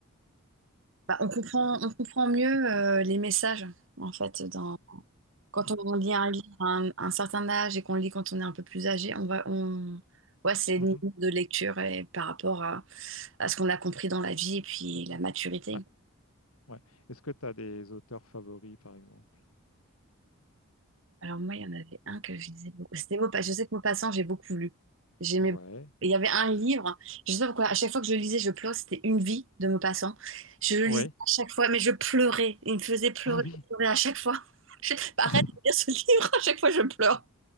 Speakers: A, on the right (about 60°); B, on the left (about 80°).
A: bah, on comprend, on comprend mieux euh, les messages en fait. Dans, quand
B: ouais
A: on lit un livre à un, un certain âge et qu'on le lit quand on est un peu plus âgé, on va, on, ouais, c'est les
B: Mmh
A: niveaux de lecture et par rapport à, à ce qu'on a compris dans la vie et puis la maturité.
B: Ouais, ouais. Est-ce que tu as des auteurs favoris, par exemple?
A: Alors moi, il y en avait un que je lisais beaucoup. C'était Maupassant. Je sais que Maupassant, j'ai beaucoup lu. J'aimais
B: Ouais,
A: beaucoup. Et Il y avait un livre, je sais pas pourquoi, à chaque fois que je le lisais, je pleurais, c'était Une vie de Maupassant. Je le
B: ouais.
A: lisais à chaque fois, mais je pleurais. Il me faisait pleurer,
B: Ah oui!
A: je pleurais à chaque fois. <laughs> Je- Arrête
B: Ah, Vie.
A: de lire ce livre, <laughs> à chaque fois je pleure.